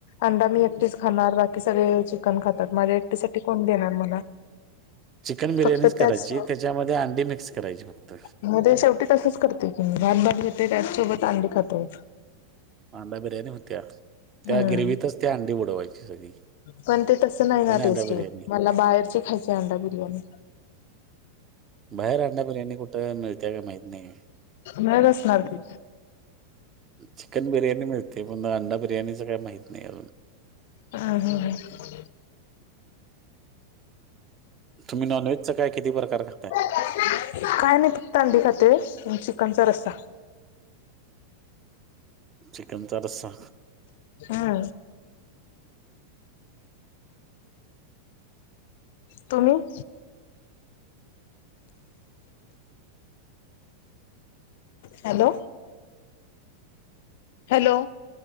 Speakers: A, on the left; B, on the right.
A: अंडा मी एकटीच खाणार बाकी सगळे चिकन खातात माझ्या एकटीसाठी कोण देणार मला
B: चिकन बिर्याणीच
A: फक्त
B: करायची
A: त्याच
B: त्याच्यामध्ये अंडी मिक्स करायची फक्त
A: मग ते शेवटी तसंच करते की मी भात घेते त्याचसोबत अंडी खातो
B: अांडा बिर्याय होत्या
A: हम्म
B: त्या गिरवीतच त्या अंडी बुडवायची सगळी
A: पण ते तसं नाही ना
B: आणि
A: टेस्टी
B: अंडा बिर्याणी
A: मला बाहेरची खायची अंडा बिर्याणी
B: बाहेर अंड्या बिर्याणी कुठं मिळते का माहित नाही
A: मग असणार की
B: चिकन बिर्याणी मिळते पण अंडा बिर्याणीच काही माहित नाही अजून
A: हा हा हा
B: तुम्ही नॉनव्हेज च काय किती प्रकार खातय
A: काय नाही फक्त अंडी खाते चिकनचा रस्सा
B: चिकनचा रस्सा
A: हा तुम्ही हॅलो, हॅलो,